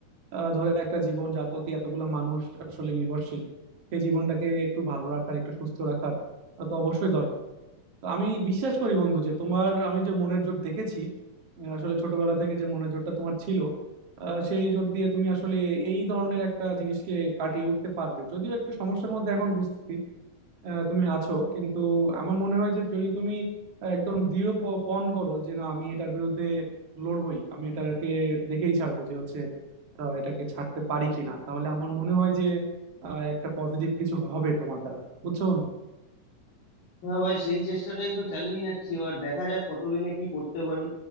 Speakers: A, on the right (about 45°); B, on the left (about 85°).
A: আহ, ধরো একটা জীবন যার প্রতি এতগুলা মানুষ আসলে নির্ভরশীল সেই জীবনটাকে একটু ভালো রাখার একটু সুস্থ রাখার আহ, তো অবশ্যই দরকার তো আমি বিশ্বাস করি বন্ধু যে তোমার আমি যে মনের জোর দেখেছি আহ, আসলে ছোটবেলা থেকে যে মনের জোরটা তোমার ছিল আহ, সেই জোর দিয়ে তুমি আসলে এই ধরনের একটা জিনিসকে কাটিয়ে উঠতে পারবে যদিও একটু সমস্যার মধ্যে এখন বুঝতেছি আহ, তুমি আছো কিন্তু আমার মনে হয় যে যদি তুমি আহ, একদম দৃঢ় প- পণ করো যে না আমি এটার বিরুদ্ধে লড়বই আমি এটাকে দেখেই ছাড়বো যে হচ্ছে আহ, এটাকে ছাড়তে পারি কিনা তাহলে আমার মনে হয় যে আহ, একটা পজিটিভ কিছু হবে তোমার দ্বারা বুঝছো বন্ধু
B: হ্যাঁ ভাই সেই চেষ্টাটাই তো চালিয়ে যাচ্ছি এবার দেখা যাক কতদিনে কি করতে পারি